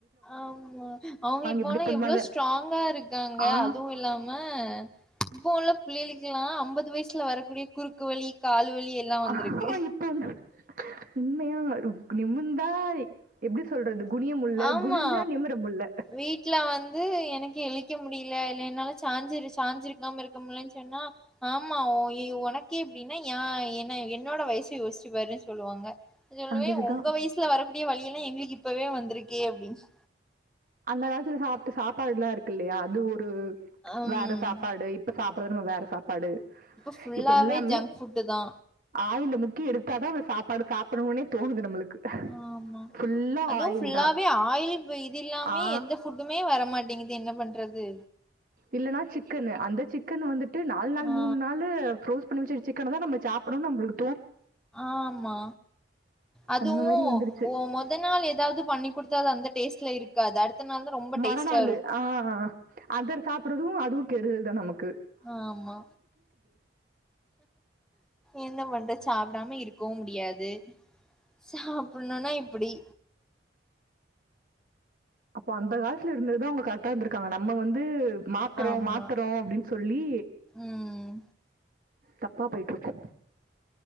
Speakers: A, in the centre; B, on the right.
A: ஆமா அவுங்க இப்போல்லா
B: இப்டி பண்ணுவாங்க
A: எவ்ளோ ஸ்ட்ராங்கா இருக்காங்க
B: ஆ
A: அதுவு இல்லாம இப்ப உள்ள பிள்ளைளுக்கெல்லா ஐம்பது வயசு சுல வரக்கூடிய குறுக்கு வலி கால் வலி எல்லா வந்திருக்கு
B: ஆ இப்போ வந்து உண்மையாருக் நிமிந்தா எப்டி சொல்றது குனிய முல்ல
A: ஆமா
B: குனிஞ்சா நிமிர முல்ல.
A: வீட்ல வந்து எனக் கேலி க்க முடியல இல்ல என்னால சாஞ்சிரு சாஞ்சிருக்காம இருக்க முடில்லன்னு சொன்னா ஆம் ஆமா ஒ இ உனக் கே இப்டின்னா யா என்ன என் என்னோட வயசு யோசிச்சு பாரு சொல்லுவாங்க சொல்லுவே
B: அதுதான்.
A: உங்க வயசுல வரக் புதிய வலிய எல்லா எங்களுக்கு இப்பவே வந்திருக்கு ஏ அப்டின்ஸ்
B: அந்த காலத்துல சாப்பிட்டு சாப்பாடு எல்லா இருக்குல்லயா தூரு
A: ம்
B: வேற சாப்பாடு இப்ப சாப் பிரகு வேற சாப் படு
A: ஃபுல்லாவே
B: இப்ப எல்லாமே
A: ஜங்க் ஃபுட்டு தா
B: ஆயிலு முக்கி எடுத்தாதா சாப்பாடு சாப்பிடணுனே தோணுது நம்மளுக்கு
A: ஆ ஆமா
B: ஃபுல்லா
A: அதும்
B: ஆயில்
A: ஃபுல்லாவே
B: தான்.
A: ஆயில் வேதி ஃபுல்லாமே
B: ஆ
A: எந்த ஃபுட்டுமே வர மாட்டேங்குது இது என்ன பண்றது
B: இல்லன்னா சிக்கனு அந்த சிக்கன் வந்துட் ட்டு நாலு நாள்
A: ஆ
B: மூணு நாலு புருஸ் <unintelligible> சிக்கன தான் நம சாப்பிடு நம்மளுக்
A: ஆமா அதுவு
B: அந்த மாரி வந்துருச்சு.
A: ஓ மொத நாள் ஏதாது பண்ணி குடுத்த அது அந்த டேஸ்ட்ல இருக்கு க்கா தட் நாள் தா ரொம்ப
B: மறநாளு
A: டேஸ்ட்டா
B: ஆ அத சாப்பறதும் அது கெடுதல்தா நமக்
A: ஆமா என்ன பண்ற சாப்டாம இருக் போ முடியாது இது சாப் பண்ணுனா இப்டி
B: அப்போ அந்த காலத்துல இருந்துது தா அவங்க கரெக்டா இருந்திருக்காங்க நம்ம வந்து மாத்றோ
A: ஆமா
B: மாத்றோ அப்டின்னு சொல்லி
A: ம்
B: தப்பா போயிட்ருப்போ